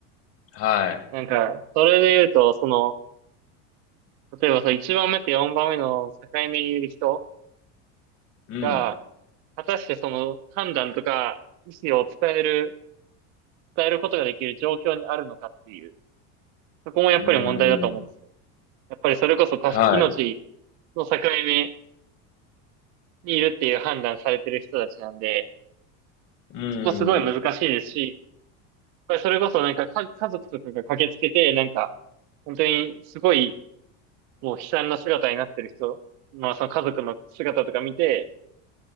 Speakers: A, on the left; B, on the right.
A: はい。
B: なんか、それで言うと、その、例えばその1番目と4番目の境目にいる人
A: うん。
B: が、果たしてその判断とか意思を伝える、伝えることができる状況にあるのかっていう、そこもやっぱり問題だと思うんですよ。
A: うん、うん。
B: やっぱりそれこそか命
A: はい。
B: の境目にいるっていう判断されてる人たちなんで、
A: うん。
B: そこすごい難しいですし、やっぱりそれこそなんかか家族とかが駆けつけて、なんか、本当にすごいもう悲惨な姿になってる人、まあその家族の姿とか見て、